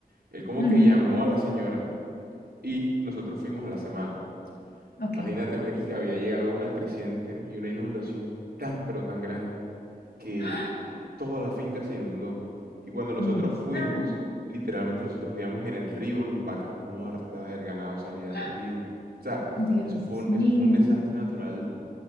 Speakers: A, on the right; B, on the left.
A: Él como
B: ujú,
A: que llamó a la señora y nosotros fuimos a la semana.
B: Ok.
A: Imagínate, Mary, que había llegado una creciente y una inundación tan pero tan grande que
B: <gasps> ¡Ah!
A: toda la finca se inundó. Y cuando nosotros
B: Muchacho.
A: fuimos, literalmente nosotros veíamos en el río las vacas muertas, el ganado se había
B: ¡Ah!
A: salido. O sea,
B: Dios
A: eso fue un,
B: mío.
A: eso fue un desastre natural